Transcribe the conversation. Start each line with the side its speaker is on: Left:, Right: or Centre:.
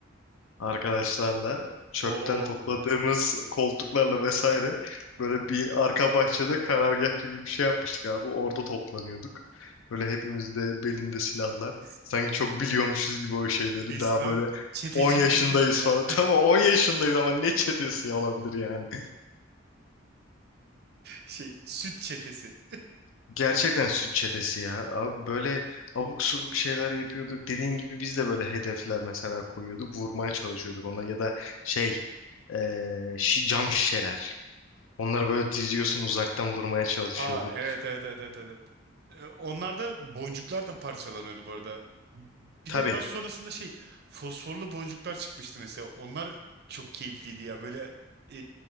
Left: arkadaşlarla çöpten
Right: Oo,
Left: topladığımız koltuklarla vesaire böyle bir arka bahçede karargah gibi bir şey yapmıştık abi. Orada toplanıyorduk. Böyle hepimiz de belinde silahlar.
Right: siz,
Left: Sanki çok biliyormuşuz gibi o şeyleri.
Right: siz
Left: Daha
Right: tam
Left: böyle
Right: çeteci
Left: 10 yaşındayız
Right: misiniz
Left: falan.
Right: ya?
Left: <laughs> Tamam 10 yaşındayız ama ne çetesi olabilir yani.
Right: Şey süt çetesi.
Left: Gerçekten süt çetesi ya. Abi böyle abuk subuk şeyler yapıyorduk. Dediğin gibi biz de böyle hedefler mesela koyuyorduk. Vurmaya çalışıyorduk ona ya da şey eee, şi- cam şişeler. Onları böyle diziyorsun uzaktan vurmaya çalışıyorduk.
Right: Aa evet evet evet evet evet. Ee, Onlar da boncuklar da parçalanıyordu bu arada. Bir
Left: Tabii.
Right: de daha sonrasında şey fosforlu boncuklar çıkmıştı mesela. Onlar çok keyifliydi ya böyle e,